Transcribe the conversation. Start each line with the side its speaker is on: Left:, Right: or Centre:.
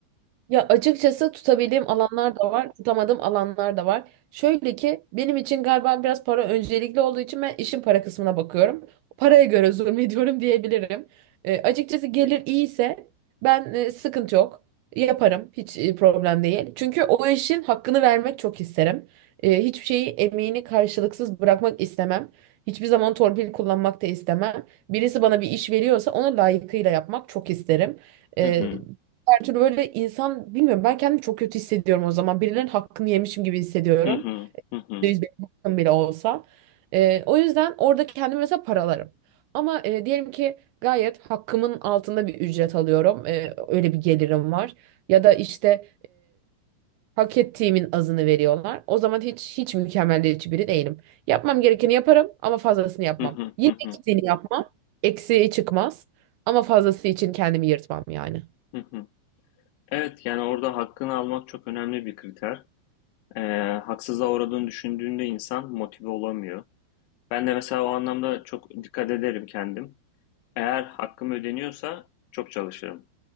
Right: Ya açıkçası tutabildiğim alanlar da var, tutamadığım alanlar da var. Şöyle ki benim için galiba biraz para öncelikli olduğu için ben işin para kısmına bakıyorum. Paraya göre zulmediyorum <laughs> diyebilirim. E, açıkçası gelir iyiyse ben e, sıkıntı yok. Yaparım hiç e, problem değil. Çünkü o işin hakkını vermek çok isterim. E, hiçbir şeyi emeğini karşılıksız bırakmak istemem. Hiçbir zaman torpil kullanmak da istemem. Birisi bana bir iş veriyorsa onu layıkıyla yapmak çok isterim. Ee,
Left: Hı hı,
Right: her türlü böyle insan bilmiyorum ben kendimi çok kötü hissediyorum o zaman. Birilerinin hakkını yemişim gibi hissediyorum.
Left: hı hı, hı hı,
Right: %100 benim hakkım bile olsa. Ee, o yüzden orada kendimi mesela paralarım. Ama e, diyelim ki gayet hakkımın altında bir ücret alıyorum. Ee, öyle bir gelirim var. Ya da işte Hak ettiğimin azını veriyorlar. O zaman hiç hiç mükemmelliyetçi biri değilim. Yapmam gerekeni yaparım ama fazlasını yapmam.
Left: hı hı,
Right: Yine
Left: hı hı,
Right: eksiğini yapmam. Eksiği çıkmaz. Ama fazlası için kendimi yırtmam yani.
Left: hı hı. Evet yani orada hakkını almak çok önemli bir kriter. Ee, haksızlığa uğradığını düşündüğünde insan motive olamıyor. Ben de mesela o anlamda çok dikkat ederim kendim. Eğer hakkım ödeniyorsa çok çalışırım.